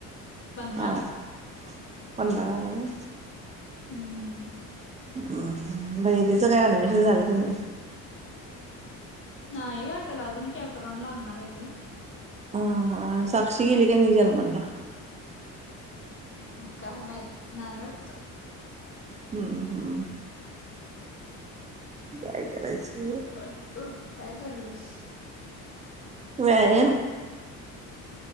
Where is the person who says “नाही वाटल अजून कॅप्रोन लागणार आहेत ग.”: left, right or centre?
Left